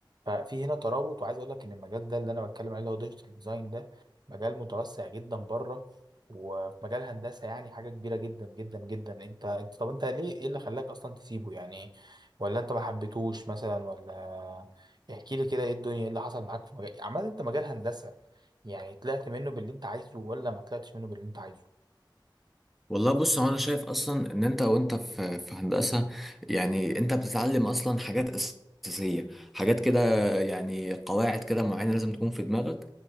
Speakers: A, on the right (about 60°); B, in the centre.
A: ففي هنا ترابط وعايز أقول لك إن المجال ده اللي أنا بتكلم عليه اللي هو ديجيتال ديزاين ده مجال متوسع جدا بره وفي مجال هندسة يعني حاجة كبيرة جدا جدا جدا أنت أنت طب أنت ليه إيه اللي خلاك أصلا تسيبه يعني ولا أنت ما حبيتهوش مثلا ولا احكي لي كده إيه الدنيا إيه اللي حصل معاك في مجال عامة أنت مجال هندسة يعني طلعت منه باللي انت عايزه ولا ما طلعتش منه باللي انت عايزه
B: والله بص هو انا شايف اصلا ان انت وانت في في هندسه يعني انت بتتعلم اصلا حاجات اساسيه حاجات كده يعني قواعد كده معينه لازم تكون في دماغك